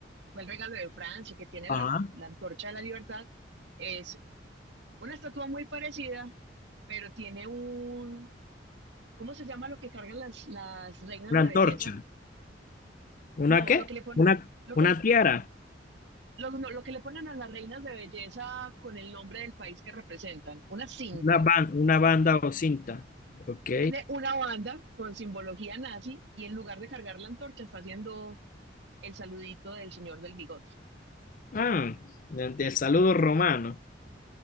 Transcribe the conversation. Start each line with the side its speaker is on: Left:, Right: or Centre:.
Right: fue el regalo de Francia, que tiene
Left: Ajá.
Right: la, la Antorcha de la Libertad, es Una estatua muy parecida, pero tiene un, ¿cómo se llama lo que cargan las, las reinas
Left: Una
Right: de belleza?
Left: antorcha. ¿Una
Right: No,
Left: qué?
Right: lo que le ponen,
Left: Una,
Right: lo
Left: una
Right: que, le-
Left: tiara,
Right: lo, no, lo que le ponen a las reinas de belleza con el nombre del país que representan, una cinta.
Left: una, ban- una banda o cinta. Ok.
Right: Tiene una banda con simbología nazi y en lugar de cargar la antorcha está haciendo el saludito del señor del bigote.
Left: Ah, el saludo romano.